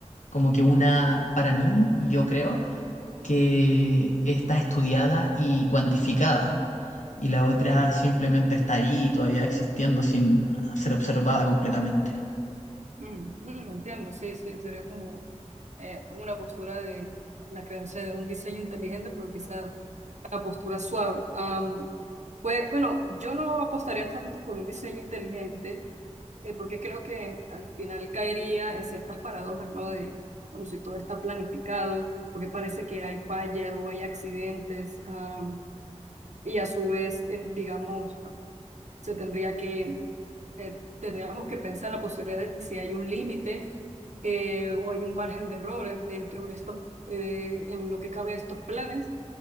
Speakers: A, on the left; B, on the right.
A: como que una, para mí, yo creo que está estudiada y cuantificada. Y la otra
B: mm,
A: simplemente está ahí, todavía existiendo sin ser observada completamente.
B: mm, mm, entiendo, sí, sí, sería como eh, una postura de la creencia de un diseño inteligente, pero quizá la postura suave. Am, pues bueno, yo no apostaría tanto por un diseño inteligente, eh, porque creo que al final caería en ciertas paradojas, ¿no? De, bueno, si todo está planificado, porque parece que hay fallas o hay accidentes, am, y a su vez, eh, digamos, se tendría que, eh, tendríamos que pensar la posibilidad de si hay un límite eh, o hay un margen de errores dentro de estos, eh, en lo que cabe a estos planes.